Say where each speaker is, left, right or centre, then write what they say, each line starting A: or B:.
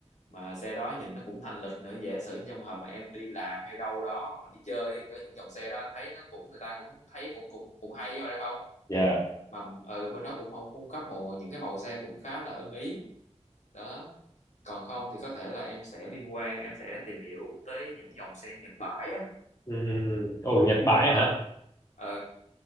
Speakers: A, on the left (about 80°); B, on the left (about 30°).
A: mà xe đó nhìn nó cũng thanh lịch nữa dễ sử trong hợp mà em đi làm hay đâu đó hoặc là đi chơi thì có những dòng xe đó anh thấy nó cũng người ta cũng thấy cũng cũng cũng hay mà ra không
B: dạ.
A: mà ừ, bên đó cũng mong cung cấp một những cái màu xe cũng khá là ưng ý đó còn không thì có thể là em sẽ liên quan em sẽ tìm hiểu tới những dòng xe Nhật bãi á
B: Ừ, ừ, ừ. Ồ, Nhật bãi
A: đó
B: hả?
A: ừ